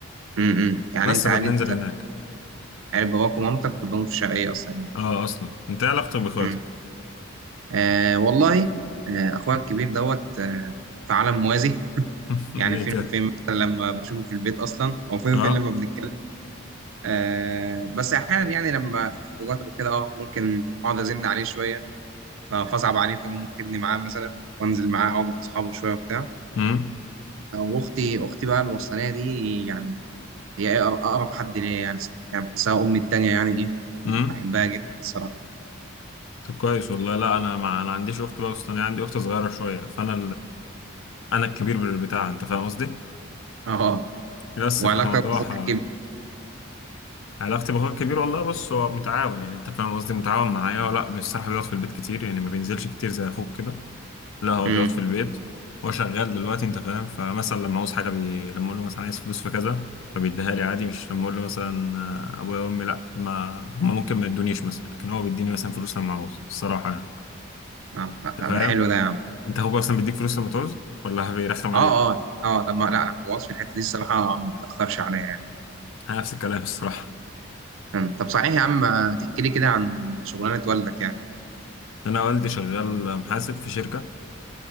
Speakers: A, on the right; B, on the left.
A: امم يعني
B: بس
A: انت
B: فبننزل
A: عيله
B: هناك
A: عيله باباك ومامتك كلهم في الشرقيه اصلا يعني
B: اه اصلا انت إيه علاقتك باخواتك
A: امم آه والله آه اخويا الكبير دوت آه في عالم موازي
B: <laughs> ليه
A: يعني فين
B: كده
A: وفين مثلا لما بشوفه في البيت اصلا او فين
B: اه
A: وفين لما بنتكلم آه بس احيانا يعني لما في خروجات او كده اه ممكن اقعد ازن عليه شويه ف- فاصعب عليه فيقوم واخدني معاه مثلا وانزل معاه اقعد مع اصحابه شويه وبتاع
B: امم
A: واختي اختي بقى الوسطانيه دي يعني هي أق- اقرب حد ليا يعني صراحة. يعني بحسها امي التانيه يعني ايه
B: امم
A: بحبها جدا الصراحه
B: طب كويس والله لا انا ما انا عنديش اخت بقى بس انا عندي اخت صغيره شويه فانا انا الكبير بتاع انت فاهم قصدي
A: اه
B: بس
A: وعلاقتك
B: فالموضوع
A: باخوك
B: ه-
A: الكبير
B: علاقتي باخويا الكبير والله بص هو متعاون يعني انت فاهم قصدي متعاون معايا ولا بصراحه بيقعد في البيت كتير يعني ما بينزلش كتير زي اخوك كده لا هو
A: امم
B: بيقعد في البيت هو شغال دلوقتي انت فاهم فمثلا لما عاوز حاجه بي... لما اقول له مثلا عايز فلوس في كذا فبيديها لي عادي مش لما اقول له مثلا آه، ابويا وامي لا ما هم ممكن ما يدونيش مثلا لكن هو بيديني مثلا فلوس لما عاوز الصراحه يعني
A: لا لا
B: انت
A: لا،
B: فاهم
A: ده حلو ده يا عم
B: انت اخوك اصلا بيديك فلوس لما تعوز ولا بيرخم عليك
A: اه اه اه لما لا الوصف في الحته دي الصراحه ما بتاخرش عليا يعني.
B: انا نفس الكلام الصراحه
A: أمم. طب صحيح يا عم آه، تحكي لي كده عن شغلانة والدك يعني
B: انا والدي شغال محاسب في شركه